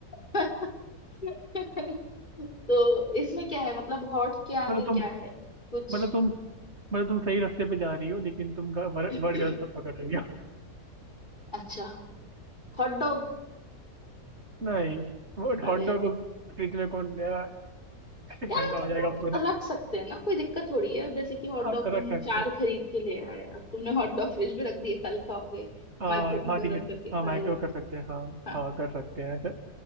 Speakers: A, on the left (about 30°); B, on the right (about 45°).
A: <laughs> <laughs> तो इसमें क्या है मतलब हॉट के आगे
B: मतलब तुम
A: क्या है कुछ
B: मतलब तुम मतलब तुम सही रास्ते पे जा रही हो लेकिन तुम वर्ड
A: <clears throat>
B: गलत मत पकड़ रही हो
A: अच्छा हॉट डॉग
B: <laughs> नहीं वो
A: अरे
B: हॉट डॉग को फ्रिज में कौन देगा <laughs>
A: यार
B: ठंडा
A: मतलब
B: हो जाएगा
A: लोग
B: पूरा
A: रख सकते हैं ना कोई दिक्कत थोड़ी है अब जैसे कि हॉट डॉग
B: आप
A: तुम
B: रख सकते
A: चार खरीद के ले आए अब तुमने हॉट डॉग फ्रिज में रख दिए कल खाओगे
B: हाँ
A: माइक्रो में
B: हाँ
A: गर्म
B: ठीक है
A: करके खा
B: हाँ माइक्रो
A: लिए
B: कर सकते हैं हाँ
A: हाँ
B: हाँ कर सकते हैं ऐसे